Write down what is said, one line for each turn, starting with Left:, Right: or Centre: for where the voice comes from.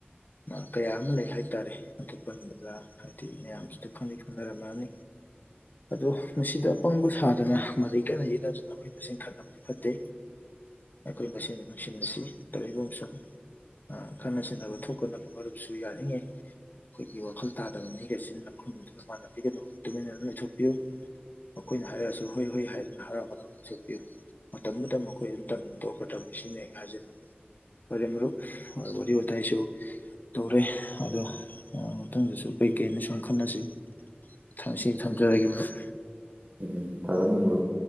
Left: ꯑ ꯀꯌꯥ ꯑꯃ ꯂꯩ ꯍꯥꯏꯇꯥꯔꯦ ꯑꯗꯨ ꯄꯟꯕꯗ ꯍꯥꯏꯗꯤ ꯃꯌꯥꯝꯁ <unintelligible> ꯑꯗꯣ ꯃꯁꯤꯗ ꯑꯄꯪꯕ ꯁꯥꯗꯅ ꯃꯔꯩ ꯀꯟꯅ ꯌꯦꯠꯅꯗꯨꯅ ꯑꯩꯈꯣꯏ ꯃꯁꯦꯟ ꯈꯠꯅꯕ ꯐꯠꯇꯦ ꯑꯩꯈꯣꯏ ꯃꯁꯦꯟꯅꯤ ꯅꯨꯡꯁꯤꯅꯁꯤ ꯇꯧꯏꯒꯨꯝꯁꯨꯡ ꯑ ꯈꯠꯅ ꯆꯩꯅꯕ ꯊꯣꯛꯇꯅꯕ ꯃꯔꯨꯞꯁꯨ ꯌꯥꯔꯤꯉꯩ ꯑꯩꯈꯣꯏꯒꯤ ꯋꯥꯈꯜ ꯇꯥꯗꯕ ꯃꯤꯒ ꯆꯤꯟꯅ ꯈꯨꯝꯗꯨꯅ ꯃꯥꯟꯅꯕꯤꯒꯅꯨ ꯇꯨꯃꯤꯟꯅ ꯑꯗꯨꯝ ꯂꯩꯊꯣꯛꯄꯤꯌꯨ ꯃꯈꯣꯏꯅ ꯍꯥꯏꯔꯛꯑꯁꯨ ꯍꯣꯏ ꯍꯣꯏ ꯍꯥꯏꯅ ꯍꯥꯔꯥꯎ ꯍꯔꯥꯎ ꯆꯠꯄꯤꯌꯨ ꯃꯇꯝꯗꯨꯗ ꯃꯈꯣꯏꯁꯨ ꯇꯟ ꯇꯣꯛꯈ꯭ꯔꯗꯕꯅꯤ ꯁꯤꯅꯤ ꯑꯩꯅ ꯍꯥꯏꯖꯅꯤꯡꯕ ꯐꯔꯦ ꯃꯔꯨꯞ ꯋꯥꯔꯤ ꯋꯥꯇꯥꯏꯁꯨ ꯇꯧꯔꯦ ꯑꯗꯣ ꯑ ꯃꯊꯪꯗꯁꯨ ꯀꯩꯀꯩꯩꯅ ꯁꯨꯝ ꯈꯟꯅꯁꯤ ꯊ ꯁꯤ ꯊꯝꯖꯔꯒꯦ ꯃꯔꯨꯞ
Right: ꯎꯝ ꯐꯒꯅꯤ ꯃꯔꯨꯞ